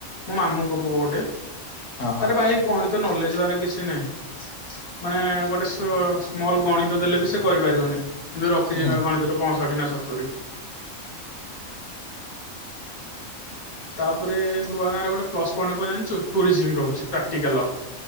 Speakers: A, on the left; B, on the left.
A: ମୋ ମାମୁଙ୍କ ପୁଅ ଗୋଟେ
B: ହଁ ହଁ
A: ତାର ଭାଇ ଗଣିତ ନଲେଜ ତାର କିଛି ନାହିଁ। ମାନେ ଗୋଟେ ସୋ ସ୍ମଲ ଗଣିତ ଦେଲେ ବି ସେ କରିପାରିବନି। କିନ୍ତୁ ରଖିଛି
B: ହୁଁ
A: ନା ଗଣିତରେ ପଅଁଷଠି ନା ସତୁରି। ତାପରେ ନୂଆ ଗାଁରେ ଗୋଟେ ପ୍ଲସ୍ ପଏଣ୍ଟ କଣ ଜାଣିଛୁ ଟୁରିଜିମ ରହୁଛି ପ୍ରାକ୍ଟିକାଲ।